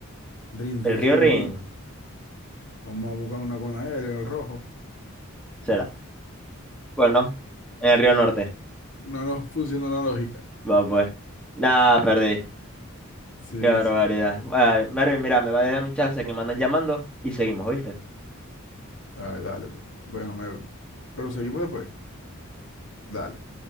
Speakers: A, on the left; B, in the centre.
A: Rin,
B: ¿El
A: rin,
B: río
A: rin,
B: Rin?
A: rin. Vamos a buscar una con la L en el rojo.
B: ¿Será? Bueno, en el río Norte.
A: No nos funciona la lógica.
B: Va, pues. Nada, perdí.
A: Sí,
B: Qué barbaridad.
A: sí, pero...
B: Bueno, Mervin, mira, me va a dar un chance que me andan llamando y seguimos, ¿oíste?
A: Ay, dale, pues. Bueno, me... pero seguimos después. Dale.